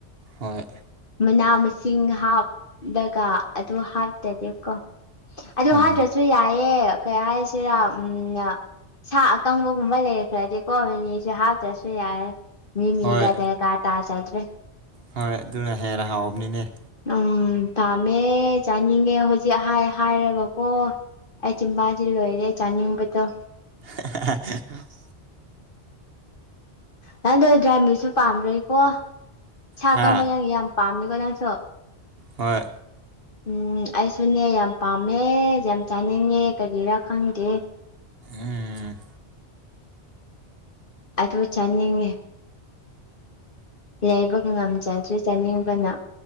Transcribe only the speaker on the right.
ꯍꯣꯏ
ꯎꯝ
ꯍꯣꯏ
ꯍꯣꯏ ꯑꯗꯨꯅ ꯍꯦꯟꯅ ꯍꯥꯎꯕꯅꯤꯅꯦ
<unintelligible>
ꯍꯥ
ꯍꯣꯏ
ꯎꯝ